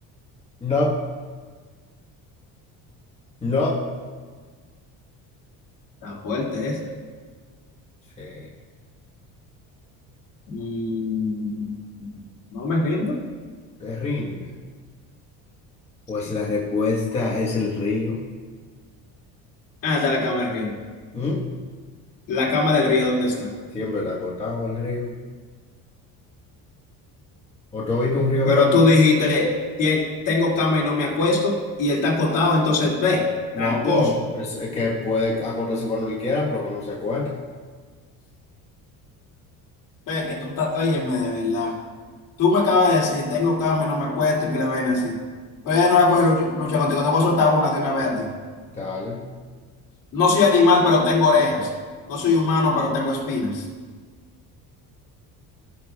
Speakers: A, on the left (about 15°); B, on the left (about 55°).
A: no, no.
B: Está fuerte ese.
A: Sí,
B: Mm, No me rindo.
A: te rinde. Pues
B: sí.
A: la respuesta es el río.
B: Ah, está la cama del río.
A: ¿Mm?
B: La cama del río, ¿dónde está?
A: Siempre está acotado el río. ¿O tú has visto un río
B: Pero
A: para...?
B: tú dijiste, "Tien- tengo cama y no me acuesto, y él está acotado, entonces ve,
A: No,
B: tramposo.
A: es, es que puede acotarse cuando él quiera, pero que no se acuesta.
B: Ve que tú estás, óyeme, de verdad. Tú me acabas de decir, tengo cama y no me acuesto y pila de vaina así. Pero ya no voy a coger luch- lucha contigo, te voy a soltar una de una vez a ti.
A: Dale.
B: No soy animal, pero tengo orejas. No soy humano, pero tengo espinas.